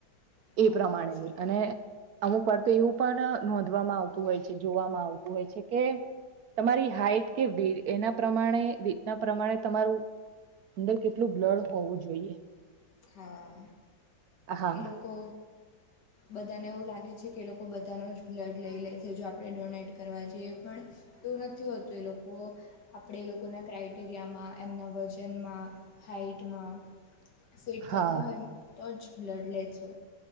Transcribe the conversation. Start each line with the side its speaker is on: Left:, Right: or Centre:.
Left: હા
Right: એ પ્રમાણે
Left: સા
Right: અમુક વાર એવું પણ નોંધવામાં આવતું હોય છે, જોવામાં આવતું હોય છે કે તમારી હાઈટ કે વેટ એના પ્રમાણે વેટના પ્રમાણે તમારું અંદર કેટલું બ્લડ હોવું જોઈએ.
Left: હા
Right: હા
Left: એ લોકો બધાને એવું લાગે છે કે એ લોકો બધાનો જ બ્લડ લઈ લે છે, જો આપણે ડોનેટ કરવા જઈએ પણ એવું નથી હોતું એ લોકો આપણે એ લોકોના ક્રાઈટેરિયામાં, એમના વજનમાં હે હાઈટમાં
Right: <inaudible>
Left: ફિટ થતા
Right: હા
Left: હોય તો જ બ્લડ લે છે,